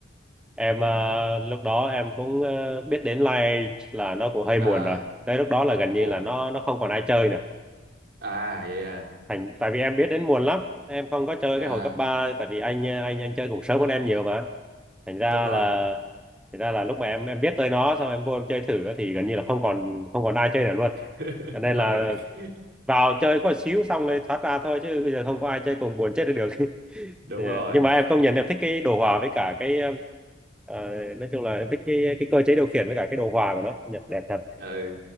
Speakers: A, in the centre; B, on the right.
A: em
B: đó
A: à, lúc đó em cũng à, biết đến live là nó cũng hơi
B: à
A: muộn rồi tới lúc đó là gần như
B: muộn
A: là nó nó không còn ai chơi nữa
B: à vậy à
A: Thành tại vì em biết đến muộn lắm, em không có chơi
B: à
A: cái hồi cấp ba tại vì anh anh anh chơi cũng sớm hơn em nhiều mà. Thành ra
B: đúng rồi
A: là thành ra là lúc mà em em biết tới nó xong em vô em chơi thử á, thì gần như là không còn không còn ai chơi nữa luôn.
B: <laughs>
A: Cho nên là
B: ừ.
A: vào chơi có xíu xong rồi thoát ra thôi chứ bây giờ không có ai chơi cùng buồn chết đi được. <laughs>
B: đúng
A: Dạ,
B: rồi
A: Nhưng mà em công nhận em thích cái đồ họa với cả cái ờ, nói chung là em thích cái cái cơ chế điều khiển với cả cái đồ họa của nó Nhật đẹp thật
B: ừ